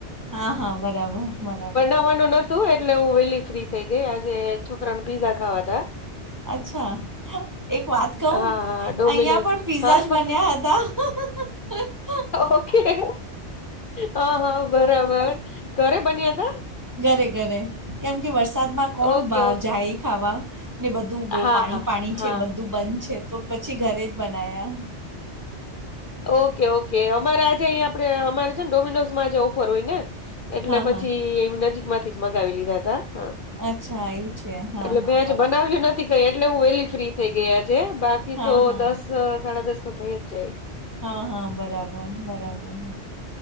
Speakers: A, on the right; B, on the left.
A: હા હા બરાબર બરાબર
B: ખાવાનું નતું એટલે હું વહેલી ફ્રી થઈ ગઈ આજે છોકરા ન પીઝા ખાવા ત
A: અચ્છા એક વાત કહ
B: હા, હા, ડોમિનોઝ.
A: અહંયા પણ પીઝા
B: હા,
A: જ બન્યા હતા <inaudible>
B: ઓકે હ હા બરાબર ઘરે બન્યા હતા
A: ઘરે ઘરે કેમ કે વરસાદમાં કોણ
B: ઓકે,
A: બાર
B: ઓકે.
A: જાય ખાવા ને બધું બહ
B: હા,
A: પાણી
B: હા,
A: પાણી છે
B: હા.
A: બધું બંધ છે તો પછી ઘરે જ બના્યા
B: ઓકે ઓકે અમારે આજે અહીંયા આપડે અમારે છે ને ડોમિનોઝમાં આજે ઓફર હોય ને એટલે
A: હા
B: પછી
A: હા
B: એમ નજીક માંથી જ મગાવી લીધા હતા હા
A: અચ્છા એવું છે હા
B: એટલે
A: હા
B: મેં આજે
A: બરાબર
B: બનાવ્યું નથી એટલે હું વેલી ફ્રી થઈ ગયા છે બાકી
A: હા
B: તો
A: હા
B: દસ સાડા દસ તો થઈ જ જાય
A: હા હા બરાબર બરાબર